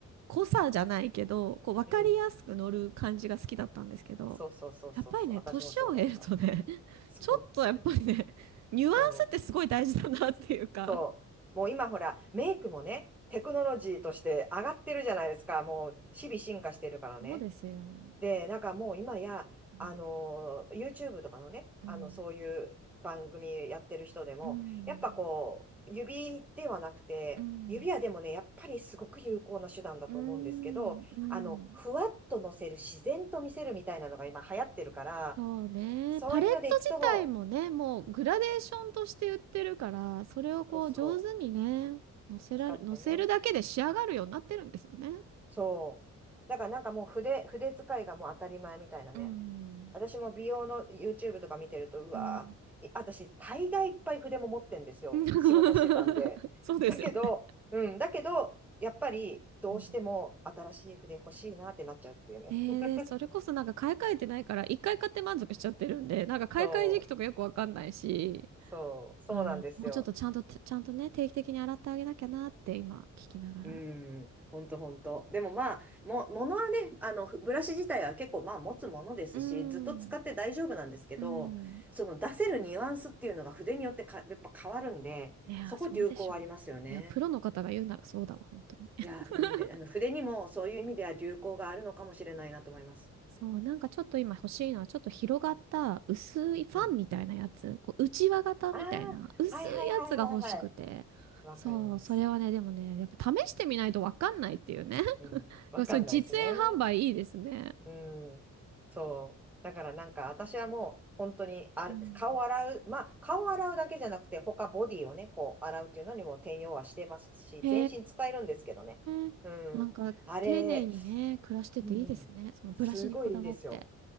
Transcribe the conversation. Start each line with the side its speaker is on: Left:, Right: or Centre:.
Right: 濃さじゃないけど、こう、わかりやすく乗る感じが好きだったんですけど、
Centre: うん、そうそうそうそうそう、
Right: やっぱりね、
Centre: 私もそうだった。
Right: 年を経るとね、<laughs>
Centre: そう、
Right: ちょっとやっぱりね、ニュアンスってすごい大事だなっていうか。
Centre: そう、そう。もう今ほら、メイクもね、テクノロジーとして上がってるじゃないですか。もう日々進化してるからね。
Right: そうですよ。
Centre: で、なんかもう今や、
Right: うん
Centre: あの、YouTube とかのね、
Right: うん。
Centre: あの、そういう番組やってる人でも、
Right: うん。
Centre: やっぱこう、指ではなくて、
Right: うん。
Centre: 指はでもね、やっぱりすごく有効な手段だと思うんですけど、
Right: うん。うん。
Centre: あの、ふわっと乗せる、自然と見せるみたいなのが今流行ってるから、
Right: そうね。
Centre: そういうのでいくと、
Right: パレット自体もね、もうグラデーションとして売ってるから、それをこう上手にね、
Centre: そうそう、
Right: 乗せられ、
Centre: 使ってね。
Right: 乗せるだけで仕上がるようになってるんですよね。
Centre: そう。だからなんかもう筆、筆使いがもう当たり前みたいなね。
Right: うん。
Centre: 私も美容の YouTube とか見てると、うわー、
Right: うん。
Centre: い私、大概いっぱい筆も持ってんですよ。
Right: <laughs>
Centre: 仕事してたんで。
Right: そうですよね。
Centre: だけど、うん、だけど、やっぱり、どうしても新しい筆欲しいなってなっちゃうっていうね。
Right: うんえー、
Centre: <laughs>
Right: でそれこそなんか買い替えてないから、一回買って満足しちゃってるんで、なんか買い替え時期とかよくわかんないし、
Centre: そう、そう、そうなんですよ。
Right: あー、もうちょっとちゃんと、ちゃんとね、定期的に洗ってあげなきゃなって今聞きながら。
Centre: うん、ほんとほんと。でもまあ、も、ものはね、あの、ふブラシ自体は結構まあ持つものですし、
Right: うん。
Centre: ずっと使って大丈夫なんですけど、
Right: うん
Centre: その出せるニュアンスっていうのが筆によってか、やっぱ変わるんで、
Right: いや、
Centre: そこ流行ありますよね。
Right: そうでしょうね。いや、プロの方が言うならそうだわ、本当に。<laughs>
Centre: いや、うん、で、あの筆にもそういう意味では流行があるのかもしれないなと思います。
Right: そう、なんかちょっと今欲しいのは、ちょっと広がった薄いファンみたいなやつ、
Centre: うん。
Right: こう、型みたいな薄いやつが欲しくて。
Centre: ああ、はいはいはいはいはい。わかります。
Right: そう、それはね、でもね、やっぱ試してみないとわかんないっていうね。
Centre: うん。
Right: <laughs>
Centre: わかんないですね。
Right: そういう実演販売いいですね。
Centre: うん。そう。だからなんか私はもう本当にあ、
Right: うん。
Centre: 顔洗う、まあ顔洗うだけじゃなくて他ボディをね、こう洗うっていうのにも転用はしてますし、
Right: へ
Centre: 全身使えるんですけどね。
Right: え。
Centre: うん。
Right: なんか丁寧にね、
Centre: あれ、
Right: 暮らしてていいですね。
Centre: うん。
Right: そのブラシにこだわって。
Centre: すごいいいですよ。